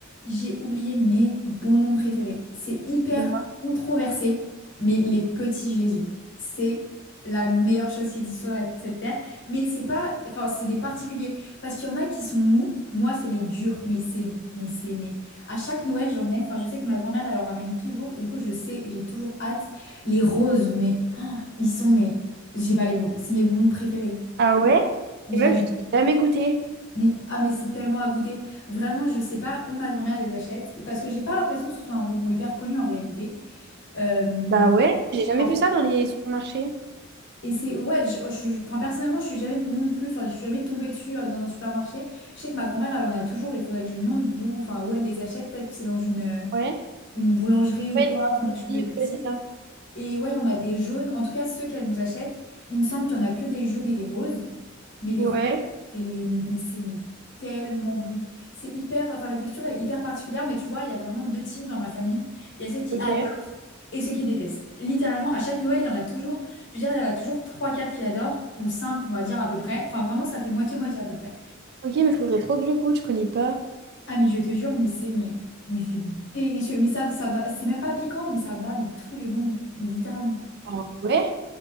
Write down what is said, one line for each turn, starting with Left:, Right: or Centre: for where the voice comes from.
Left: J'ai oublié mes bonbons préférés. C'est hyper
Right: Du moins.
Left: controversé, mais les petits Jésus, c'est la meilleure chose qui existe sur la- cette terre. Mais c'est pas, enfin, c'est des particuliers parce qu'il y en a qui sont mous. Moi, c'est les durs, mais c'est, mais c'est, mais à chaque Noël, j'en ai. Enfin, je sais que ma grand-mère, elle en ramène toujours. Du coup, je sais et j'ai toujours hâte. Les roses, mais oh, ils sont, mais j'ai pas les mots. C'est mes bonbons préférés.
Right: Ah ouais?
Left: Mais
Right: Et
Left: j'adore.
Right: meuf, j'ai jamais goûté.
Left: Mais, ah mais c'est tellement à goûter. Vraiment, je sais pas où ma grand-mère les achète parce que j'ai pas l'impression que ce soit un bonbon hyper connu en réalité. Euh,
Right: Bah ouais, J'ai jamais
Left: enfin,
Right: vu ça dans les supermarchés.
Left: et c'est ouais, je, je- enfin, personnellement, je suis jamais non plus, enfin, je suis jamais tombée dessus euh, dans un supermarché. Je sais que ma grand-mère, elle en a toujours. Il faudrait que je lui demande d'où, enfin, où elle les achète. Peut-être que c'est dans une euh,
Right: ouais.
Left: une boulangerie ou
Right: Ouais,
Left: quoi, enfin quelque chose
Right: il-
Left: de précis.
Right: ouais, c'est ça.
Left: Et ouais, il y en a des jaunes. En tout cas, ceux qu'elle nous achète, il me semble qu'il n'y en a que des jaunes et des roses. Mais les
Right: Ouais.
Left: roses, c'est les... mais c'est mais tellement bon. C'est hyper... Enfin, la texture, elle est hyper particulière. Mais tu vois, il y a vraiment deux teams dans ma famille. Il y a ceux qui
Right: Ok.
Left: adorent et ceux qui détestent. Littéralement, à chaque Noël, il y en a toujours... Je veux dire, il y en a toujours trois, quatre qui adorent. Ou cinq. on va dire, à peu près. Enfin, vraiment, ça fait moitié-moitié à peu près.
Right: Ok, mais faudrait trop que je goûte, je connais pas.
Left: Ah, mais je te jure, mais c'est... Mais, mais c'est délicieux. Mais ça, ça bat- C'est même pas piquant, mais ça bat mais tous les bonbons. Mais littéralement.
Right: Ah ouais.